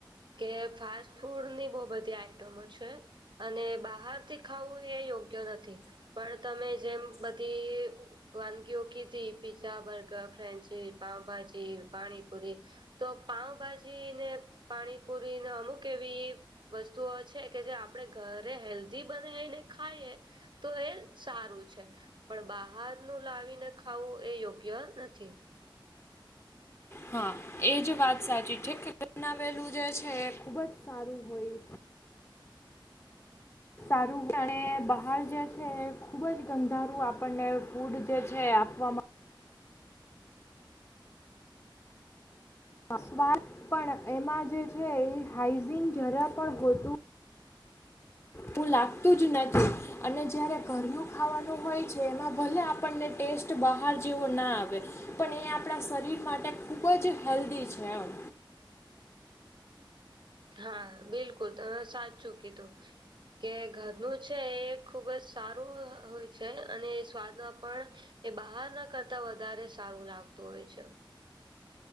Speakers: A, on the right (about 65°); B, on the left (about 30°).
A: કે ફાસ્ટ ફૂડ ની બો બધી આઈટમો છે. અને બહાર થી ખાવું એ યોગ્ય નથી પણ તમે જેમ બધી વાનગીઓ કીધી પીઝા, બર્ગર, ફ્રેન્ચી, પાવભાજી, પાણી પુરી તો પાઉભાજી ને પાણીપુરી ના અમુક એવી વસ્તુઓ છે કે જે આપણેે ઘરે હેલ્ધી બનાવી ને ખાઈએ તો એ સારું છે. પણ બહારનું લાવીને ખાવું એ યોગ્ય નથી
B: હા. એજ વાત સાચી છે કે <unintelligible> વેલું જે છે એ ખુબ જ સારું હોય. સારું અને બહાર જે છે એ ખુબ જ ગંધારું આપણને ફૂડ જે છે આપવામાં સ્વાદ પણ એમાં જે છે એ હાઈઝિન જરા પણ હોતું તું લાગતું જ નથી અને જ્યારે ઘરનુ ખાવાનું હોય છે એમાં ભલે આપણને ટેસ્ટ બહાર જેવો ના આવે પણ એ આપણા શરીર માટે ખૂબ જ હેલ્ધી છે એમ
A: હા બિલકુલ તમે સાચુ કીધું કે ઘરનું છે એ ખુબ જ સારું હ હોય છે અને એ સ્વાદમાં પણ એ બહાર ના કરતા વધારે સારું લાગતું હોય છે.